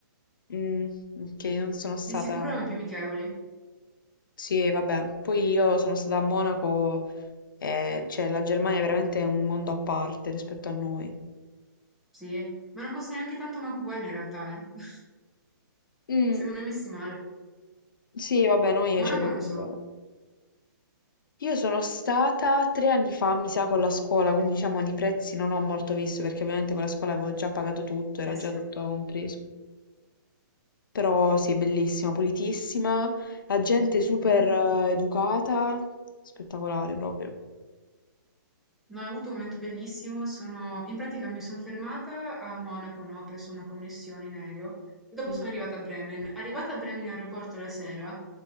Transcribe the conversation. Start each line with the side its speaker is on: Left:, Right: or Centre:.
Left: Mm, ok, non sono stata...
Centre: Di sicuro erano i più amichevoli.
Left: Sì, vabbè. Poi io sono stata a Monaco e cioè, la Germania è veramente un mondo a parte rispetto a noi.
Centre: Sì, ma non costa neanche tanto manco quello in realtà, eh. <laughs>
Left: Mm,
Centre: Siamo noi messi male.
Left: sì, vabbè, noi
Centre: Monaco
Left: ci abbiamo...
Centre: non
Left: le-
Centre: so.
Left: Io sono stata tre anni fa, mi sa, con la scuola, quindi diciamo di prezzi non ho molto visto, perché ovviamente con la scuola avevo già pagato tutto, era
Centre: Eh sì.
Left: già tutto compreso. Però sì, bellissima, pulitissima, la gente super
Centre: Mhm.
Left: eh, educata, spettacolare proprio.
Centre: No, ho avuto un momento bellissimo, sono... in pratica mi sono fermata a Monaco, no? Ho preso una connessione in aereo e dopo
Left: Mm.
Centre: sono arrivata a Bremen. Arrivata a Bremen in aeroporto la sera,